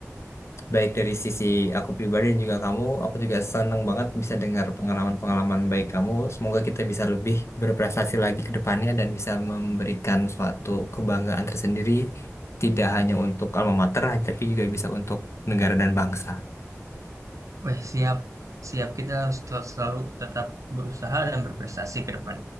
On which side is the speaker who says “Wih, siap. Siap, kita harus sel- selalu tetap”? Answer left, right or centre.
Right